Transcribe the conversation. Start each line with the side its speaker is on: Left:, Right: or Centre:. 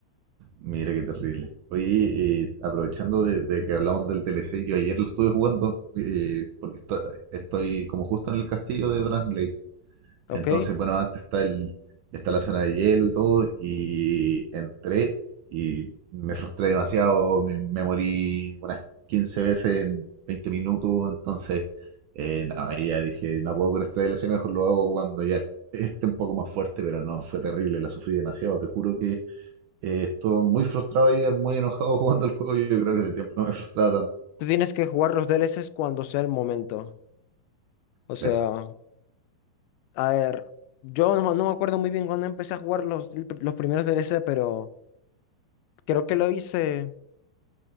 Right: mira qué terrible. Oye, eh, aprovechando de, de que hablamos del DLC, yo ayer lo estuve jugando eh, porque esto- estoy como justo en el castillo de Dragon
Left: <laughs> ¿ok?
Right: Entonces, bueno, antes está el, está la zona de hielo y todo, y entré y me frustré demasiado, me, me morí unas 15 veces en 20 minutos, entonces, eh, no, ahí ya dije, no puedo con este DLC, mejor lo hago cuando ya est- esté un poco más fuerte, pero no, fue terrible, la sufrí demasiado, te juro que eh, estuve muy frustrado ayer, muy enojado <laughs> jugando el juego, yo creo que hace tiempo no me frustraba tanto,
Left: Tú tienes que jugar los DLCs cuando sea el momento. O
Right: claro,
Left: sea... A ver, yo no, me no me acuerdo muy bien cuándo empecé a jugar los, los primeros DLC, pero creo que lo hice